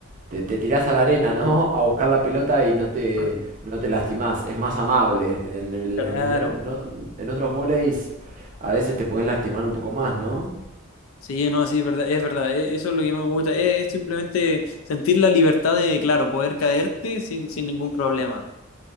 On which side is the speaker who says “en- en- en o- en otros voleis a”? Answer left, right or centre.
Right